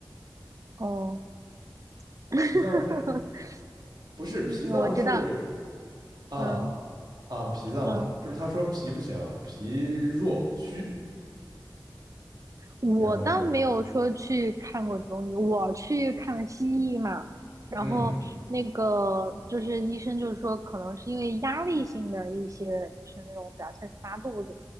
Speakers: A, on the right (about 45°); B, on the right (about 65°).
A: 哦，<laughs>
B: 脾脏是不是脾脏是
A: 嗯我知道，
B: 啊？
A: 嗯
B: 啊，脾脏嘛，
A: 嗯
B: 就是他说脾不行，脾弱虚，
A: 我倒没有说去看过中医，
B: 然后就
A: 我去看西医嘛。然后那个就是医生就是说，
B: 嗯
A: 可能是因为压力性的一些，就是那种表现是拉肚子。